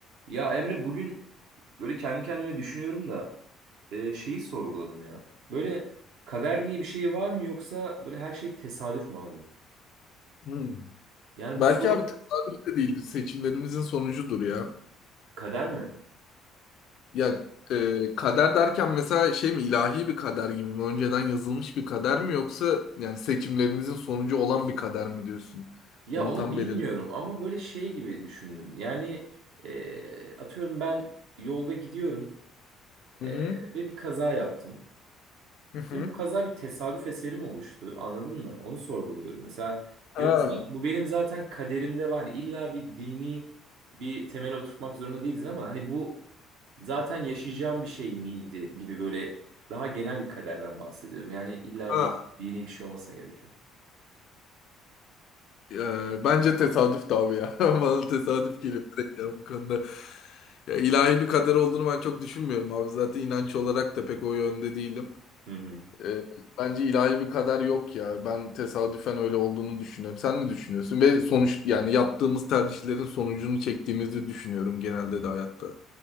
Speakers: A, on the right; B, on the left.
A: Ya Emre bugün böyle kendi kendime düşünüyorum da e, şeyi sorguladım ya. Böyle kader diye bir şey var mı yoksa böyle her şey tesadüf mü abi?
B: Hmm.
A: Yani
B: Belki
A: bu soru
B: abi tesadüf de değildir. Seçimlerimizin sonucudur ya.
A: kader mi?
B: Ya e, kader derken mesela şey mi ilahi bir kader gibi mi? Önceden yazılmış bir kader mi yoksa yani seçimlerimizin sonucu olan bir kader mi diyorsun?
A: Ya
B: Onu
A: onu
B: tam
A: bilmiyorum
B: belirle.
A: ama böyle şey gibi düşündüm. Yani e, atıyorum ben yolda gidiyorum e,
B: Hı hı.
A: ve bir kaza yaptım.
B: Hı hı.
A: Hani bu kaza bir tesadüf eseri mi oluştu? Anladın mı? Onu sorguluyorum. Mesela
B: Ha.
A: yoksa bu benim zaten kaderimde var. Hani illa bir dini bir temele oturtmak zorunda değiliz ama hani bu zaten yaşayacağım bir şey miydi gibi böyle daha genel bir kaderden bahsediyorum. Yani illa
B: Ha.
A: bir yeni bir şey olmasına gerek yok.
B: E, bence tesadüf de abi ya. <laughs> Bana tesadüf geliyor direkt ya bu konuda. Ya ilahi bir kader olduğunu ben çok düşünmüyorum abi. Zaten inanç olarak da pek o yönde değilim.
A: Hı hı.
B: E, bence ilahi bir kader yok ya. Ben tesadüfen öyle olduğunu düşünüyorum. Sen ne düşünüyorsun? Ve sonuç yani yaptığımız tercihlerin sonucunu çektiğimizi düşünüyorum genelde de hayatta.